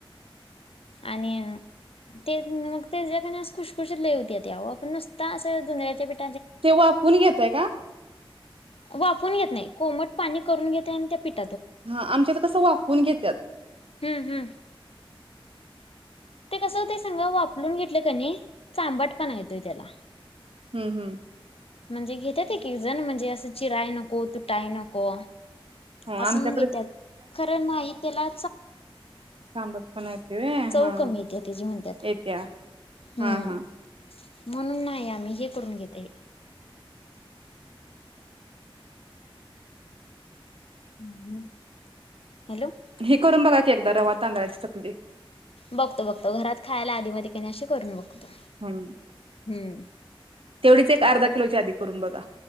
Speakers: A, on the left (about 80°); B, on the right (about 70°).
A: आणि अ. ते मग त्याच्यातल्या खुशखुशीत लय होत्याता ओ, आपण नुसत्या असं जुंधळयाच्या पिठाच्या
B: ते वाफवून घेताय का?
A: वाफवुन घेत नाही. कोमट पाणी करून घेतोय आणि त्या पिठ
B: हा आमच्यात कसं वाफवून घेत्यात.
A: हुं हुं. ते कसं होतय सांगा? वाफलून घेतलं कणी चांबट पणा येतोय त्याला
B: हुं.
A: म्हणजे घेत्यात एक एक जण म्हणजे असं चिराय नको, तुटाय नको
B: हो
A: आसं
B: आमच्याकडे
A: म्हणून घेत्यात, खर नाही तेला
B: चांबट पणा येतोय व्हय.
A: चव कमी येत्या त्याची म्हणत्यात.
B: ऐत्या.
A: हम्म
B: हा हा.
A: म्हणून नाही आम्ही हे करून घेतय -- हम् हम हॅलो.
B: हे करून बघा की एकदा रवा तांदळाची चकली.
A: बघतो बघतो. घरात खायला आधी मधी अशी करून बघतो.
B: हम्म म्.
A: हम्म मम.
B: तेवढीच एक अर्धा किलोच्या आधी करून बघा.